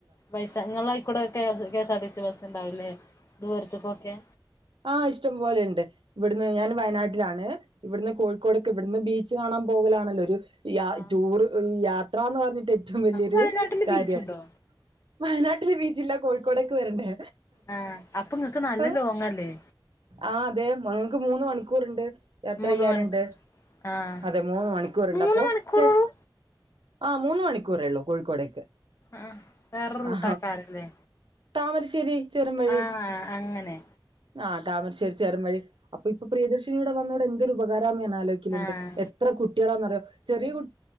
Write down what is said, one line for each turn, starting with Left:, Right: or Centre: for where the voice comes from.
Left: പൈസ ഇങ്ങളയ്ക്കൂടെ K S K S R T C ബസ്ണ്ടാവുല്ലേ ദൂരത്ത്ക്കൊക്കേ
Right: ആഹ് ഇഷ്ടം പോലെ ഇണ്ട്. ഇവട്ന്ന് ഞാൻ വയനാട്ടിലാണ്. ഇവ്ട്ന്ന് കോഴിക്കോട്ക്ക് ഇവിട്ന്ന് ബീച്ച് കാണാൻ പോവലാണല്ലോ ഒരു യാ
Left: ആ
Right: ടൂറ് ഈ യാത്രാന്ന് പറഞ്ഞിട്ട് ഏറ്റവും വല്യൊരു
Left: വയനാട്ടില്
Right: കാര്യം.
Left: ബീച്ചുണ്ടോ
Right: വയനാട്ടില് ബീച്ചില്ലാ കോഴിക്കോടേക്ക് വരണ്ടേ
Left: ആഹ് അപ്പൊ ഇങ്ങക്ക് നല്ല
Right: ആഹ്
Left: ലോങ്ങല്ലേ
Right: അതെ മ മൂന്ന് മണിക്കൂറ്ണ്ട്. യാത്ര
Left: മൂന്ന്
Right: ചെയ്യാന്ണ്ട്
Left: മണിക്കൂർ ആഹ്
Right: അതെ മൂന്ന് മണിക്കൂറ്ണ്ട്
Left: മൂന്ന്
Right: അപ്പൊ
Left: മണിക്കൂറോളൂ
Right: യെസ് ആഹ് മൂന്ന് മണിക്കൂറേള്ളൂ കോഴിക്കോടേക്ക്.
Left: ആഹ് വേറെ റൂട്ടാക്കാരല്ലേ.
Right: ആ താമരശ്ശേരി ചുരം വഴി
Left: ആഹ് അങ്ങനെ
Right: ആഹ് താമരശ്ശേരി ചൊരം വഴി അപ്പ ഇപ്പ പ്രദർശിനിയിവടെ വന്നോടെ എന്തൊരു ഉപകാ രാന്ന് ഞാൻ ആലോയ്ക്കല്ണ്ട്
Left: ആഹ്
Right: എത്ര കുട്ടികളാന്നറിയോ ചെറിയ കു